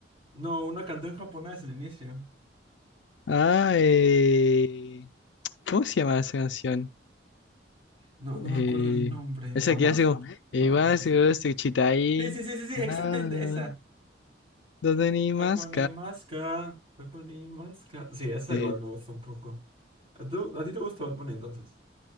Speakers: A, on the right; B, on the left.
A: No, una cantó en japonés al inicio.
B: Ah, eh, ¿cómo se llama esa canción?
A: No, no me
B: Eh,
A: acuerdo el nombre.
B: esa
A: ¿Amorfo?
B: que hace como...
A: No,
B: eh,
A: Amorfo
B: "Wa se
A: es otro.
B: chitai,
A: Sí, sí, sí, sí, sí, exactamente
B: ah,
A: esa.
B: ¿Dónde ni más
A: Tokunimaska, Tokunimaska. Sí, esa
B: Eh,
A: igual me gusta un poco. ¿A, tú- a ti te gusta Bad Bunny entonces?